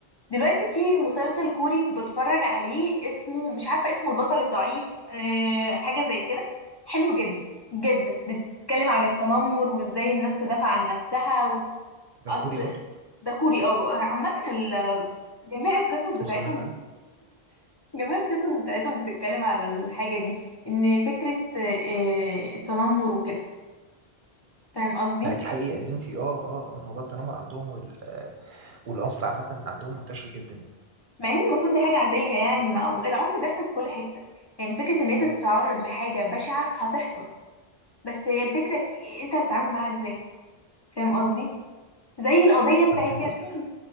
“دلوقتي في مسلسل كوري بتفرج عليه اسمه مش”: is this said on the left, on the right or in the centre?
Left